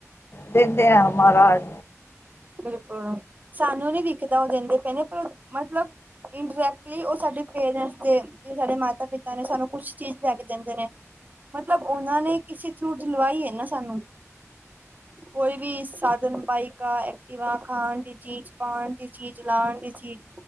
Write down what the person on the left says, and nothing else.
ਦਿੰਦੇ ਆ ਮਹਾਰਾਜ